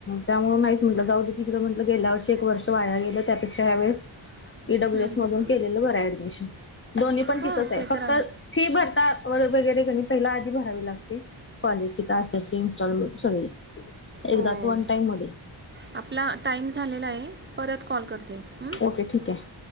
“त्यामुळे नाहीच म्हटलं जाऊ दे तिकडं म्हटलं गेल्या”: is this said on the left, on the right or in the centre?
Left